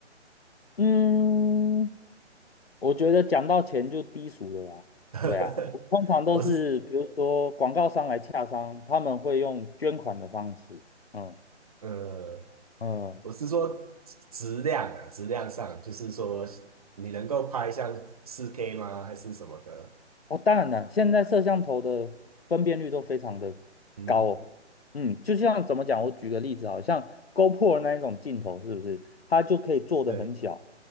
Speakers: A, on the left; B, on the right.
A: 嗯，我觉得讲到钱就低俗了啦。
B: <laughs>
A: 对啊，我通常都是比如说广告商来洽商，
B: 我是
A: 他们会用捐款的方式。嗯
B: 呃，
A: 嗯，
B: 我是说质量啊，质量上，就是说你能够拍像四 k 吗，还是什么的？
A: 哦，当然了，现在摄像头的分辨率都非常的高哦。
B: 嗯，
A: 嗯，就像怎么讲，我举个例子，好像 GoPro 那一种镜头，是不是它就可以做的很小，
B: 对，